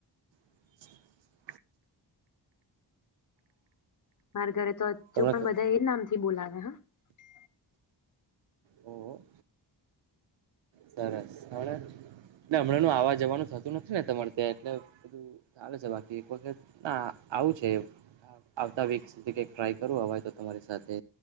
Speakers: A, on the right; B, on the left.
A: <inaudible>
B: માર ઘરે તા હજુ
A: તમને
B: પણ બધા એ નામથી બોલાવે. હા હા.
A: ઓ. સરસ સરસ એટલે હમણાં નો આવવા જવાનું થતું નથી ને તમારે ત્યાં એટલે બધું ચાલે છે બાકી એક વખત આ આવું છે. આવતા વીક સુધી કઈક ટ્રાય કરવું હય તો તમારી સાથે